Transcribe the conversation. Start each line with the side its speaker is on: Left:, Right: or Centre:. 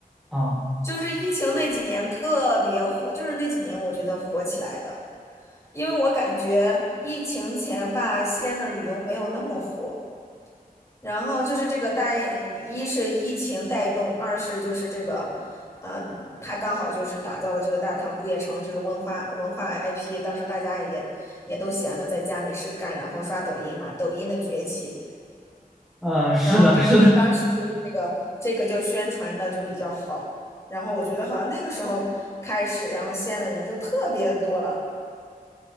Centre: 啊。
Left: 就是疫情那几年特别火，就是那几年我觉得火起来的。因为我感觉疫情前吧，西安的旅游没有那么火。然后就是这个带，一是疫情带动，二是就是这个，嗯、他刚好就是打造了这个大唐不夜城，就是文化文化 IP。当时大家也也都闲的在家没事干，然后刷抖音嘛，抖音的崛起。
Centre: 呃，是的，
Left: 然后他这个当时就是这个这个就宣传的就比较好。
Centre: 是的。
Left: 然后我觉得好像那个时候开始，然后西安的人就特别多了，